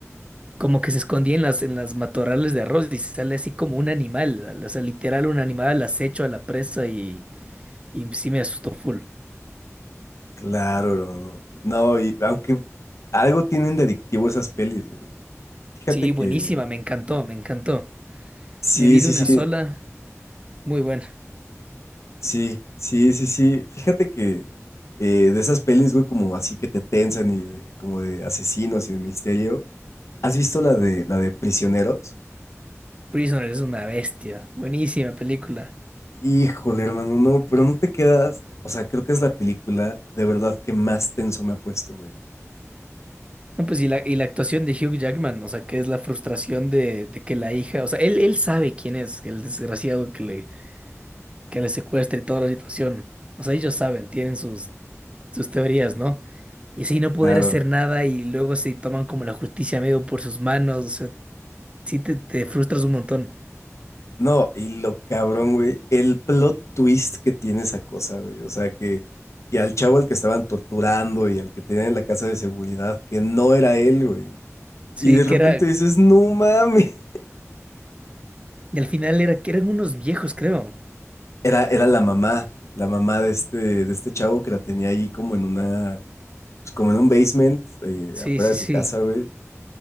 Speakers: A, on the right (about 25°); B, on the left (about 65°).
A: Como que se escondía en las, en las matorrales de arroz y sale así como un animal. O sea, literal un animal al acecho a la presa y, y sí me asustó full.
B: Claro, hermano. No, y aunque algo tienen de adictivo esas pelis, güey. Fíjate
A: Sí,
B: que.
A: buenísima, me encantó, me encantó.
B: Sí,
A: Me vi de
B: sí,
A: una
B: sí.
A: sola, muy buena.
B: Sí, sí, sí, sí. Fíjate que eh, de esas pelis, güey, como así que te tensan y de- como de asesinos y de misterio. ¿Has visto la de la de Prisioneros?
A: Prisoner es una bestia. Buenísima película.
B: Híjole, hermano, no, pero no te quedas. O sea, creo que es la película de verdad que más tenso me ha puesto, güey.
A: No, pues y la, y la actuación de Hugh Jackman, o sea, que es la frustración de, de que la hija, o sea, él, él sabe quién es el desgraciado que le, que le secuestra y toda la situación. O sea, ellos saben, tienen sus, sus teorías, ¿no? Y así no
B: Claro.
A: poder hacer nada y luego se toman como la justicia medio por sus manos, o sea, sí te, te frustras un montón.
B: No, y lo cabrón, güey, el plot twist que tiene esa cosa, güey. O sea, que, que al chavo al que estaban torturando y al que tenían en la casa de seguridad, que no era él, güey.
A: Sí,
B: Y de repente
A: que era,
B: dices, no mames.
A: y al final era que eran unos viejos, creo.
B: Era, era la mamá, la mamá de este, de este chavo que la tenía ahí como en una, pues como en un basement, eh,
A: Sí,
B: afuera
A: sí,
B: de su
A: sí.
B: casa, güey.